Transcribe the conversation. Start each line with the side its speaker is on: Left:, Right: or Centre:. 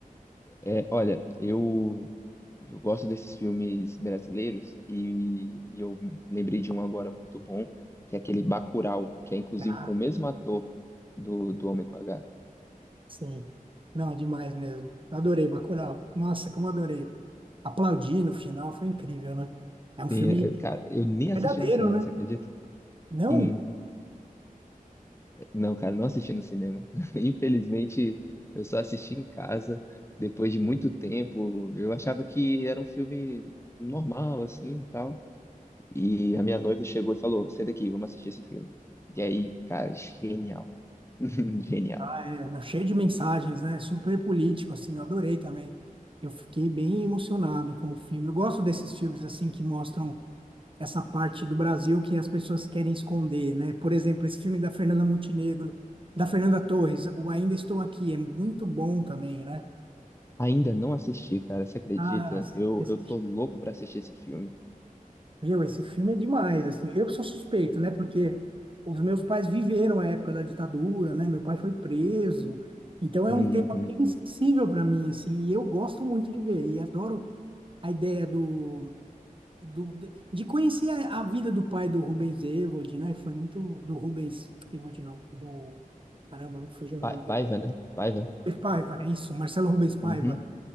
Left: É, olha, eu Eu gosto desses filmes brasileiros e, e eu lembrei de um agora muito bom, que é aquele Bacurau, que é inclusive
Right: ah,
Left: com o mesmo ator do, do Homem com H.
Right: sim não é demais mesmo Eu adorei Bacurau nossa como adorei aplaudir no final foi incrível né é um filme
Left: Sim, eu- cara, eu nem assisti
Right: verdadeiro
Left: no cinema,
Right: né
Left: você acredita?
Right: não
Left: Sim, não, cara, não assisti no cinema. <laughs> Infelizmente, eu só assisti em casa depois de muito tempo. Eu achava que era um filme normal, assim, e tal. E a minha noiva chegou e falou, sai daqui, vamos assistir esse filme. E aí, cara, genial. <laughs> Genial.
Right: Ah, é, não, cheio de mensagens, né? Super político, assim, eu adorei também. Eu fiquei bem emocionado com o filme. Eu gosto desses filmes, assim, que mostram essa parte do Brasil que as pessoas querem esconder, né? Por exemplo, esse filme da Fernanda Montenegro, da Fernanda Torres, o Ainda Estou Aqui, é muito bom também, né?
Left: Ainda não assisti, cara, você acredita?
Right: Cara, você
Left: Eu,
Right: fica assistindo.
Left: eu tô louco pra assistir esse filme.
Right: Meu, esse filme é demais, assim. Eu sou suspeito, né? Porque os meus pais viveram a época da ditadura, né? Meu pai foi preso. Então é
Left: Uhum.
Right: um tema bem sensível para mim, assim, e eu gosto muito de ver e adoro a ideia do, do, do- de conhecer a, a vida do pai do Rubens Evald, né? Foi muito do Rubens Evald, não, do caramba, me fugiu o
Left: Pa-
Right: nome dele.
Left: Paiva, né? Paiva?
Right: Rubens Paiva, é isso, Marcelo Rubens Paiva.
Left: Uhum.